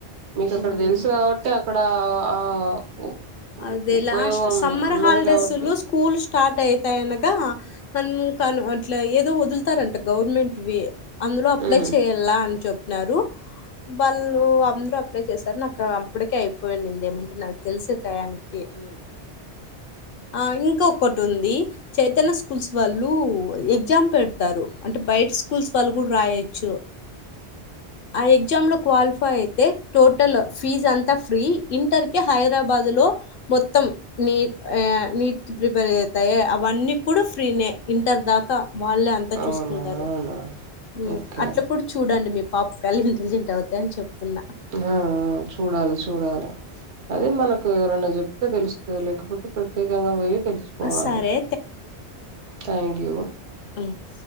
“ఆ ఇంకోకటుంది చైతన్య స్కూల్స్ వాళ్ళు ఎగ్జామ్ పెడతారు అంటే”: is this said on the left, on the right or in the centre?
Left